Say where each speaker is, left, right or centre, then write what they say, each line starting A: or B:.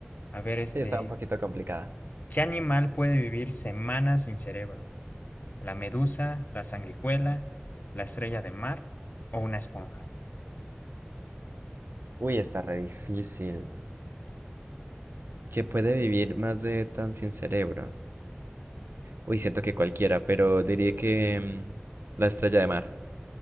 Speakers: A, on the left; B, on the right.
A: A ver, este,
B: Sí, está un poquito complicada.
A: ¿qué animal puede vivir semanas sin cerebro? ¿La medusa, la sanguijuela, la estrella de mar o una esponja?
B: Uy, está re difícil. ¿Qué puede vivir más de tan sin cerebro? Uy, siento que cualquiera, pero diría que mm, la estrella de mar.